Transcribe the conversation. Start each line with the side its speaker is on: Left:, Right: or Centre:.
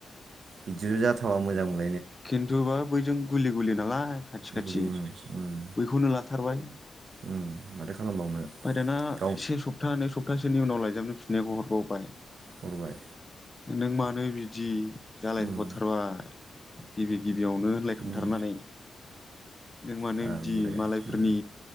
Right: बिदि जाथावा मोजां मोन
Left: खिन्थु बा बैजों गुलि गुलि नालाय। खाथि खाथि
Right: गुरै उम उम
Left: बैखौनो ला थारबाय।
Right: उम माथो खालामबावनो
Left: बाय दाना
Right: गाव
Left: से सप्ता नै सप्तासेनि उनाव लायज बियावनो फिननायखौ हरबावबाय।
Right: हरबाय।
Left: नों मानो बिदि। जालाय
Right: उम
Left: हरथारबाय। गिबि गिबियावनो होनलायखांथारनानै
Right: उम
Left: नों मानो
Right: हाब
Left: बिदि
Right: बुरे
Left: मालायफोरनि
Right: उम